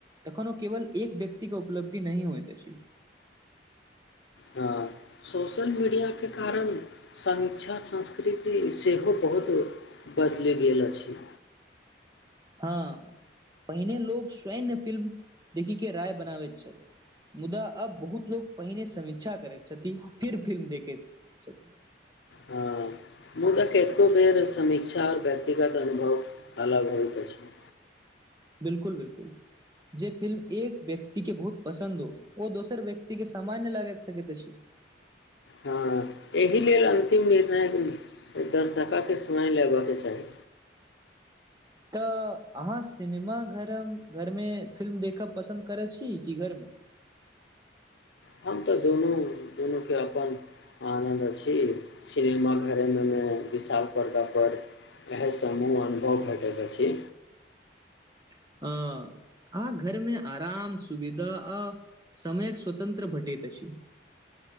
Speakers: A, on the right; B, on the left.
A: तखन ओ केवल एक व्यक्तिके उपलब्धि नहि होइत अछि
B: हँ सोशल मीडियाके कारण समीक्षा संस्कृति सेहो बहुत बदलि गेल अछि
A: हँ पहिने लोक स्वयं फिल्म देखिके राय बनाबैत छल मुदा आब बहुत लोग पहिने समीक्षा करैत छथि फिर फिल्म देखैत चल
B: हँ मुदा कतेको बेर समीक्षा आओर व्यक्तिगत अनुभव अलग होइत अछि
A: बिल्कुल बिल्कुल जे फिल्म एक व्यक्तिके बहुत पसन्द ओ दोसर व्यक्तिके सामान्य लागैत सकैत अछि
B: हँ एहि लेल अन्तिम निर्णयक दर्शकके सुनाय लेबअके चाही
A: तऽ अहाँ सिनेमा घर घरमे फिल्म देखब पसन्द करैत छी कि घरमे <inaudible>
B: हम तऽ दुनू दुनूके अपन आनन्द अछि सिनेमा घरेमे विशाल पर्दापर इएहसँ हमूँह अनुभव भेटैत अछि
A: <inaudible> हँ आ घरमे आराम सुविधा आ समय स्वतंत्र भेटैत अछि <inaudible>